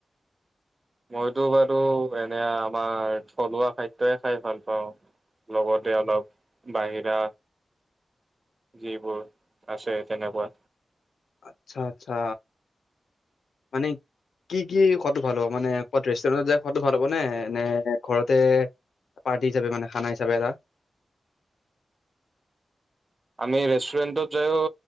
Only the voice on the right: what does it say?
মইতো বাৰু এনে আমাৰ থলুৱা খাদ্যয়ে খাই ভাল পাওঁ, লগতে অলপ বাহিৰা যিবোৰ আছে তেনেকুৱা।
আমি ৰেষ্টুৰেণ্টত যায়ো